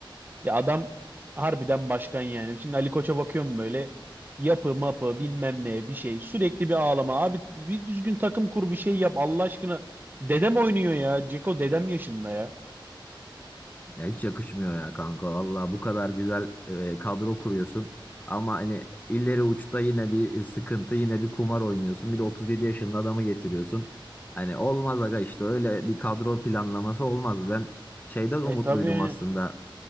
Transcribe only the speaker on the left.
ya hiç yakışmıyor ya kanka. Valla bu kadar güzel e, kadro kuruyorsun. Ama hani ileri uçta yine bir sıkıntı yine bir kumar oynuyorsun. Bir de 37 yaşında adamı getiriyorsun. Hani olmaz aga işte öyle bir kadro planlaması olmaz. Ben şeyden
umutluydum
aslında.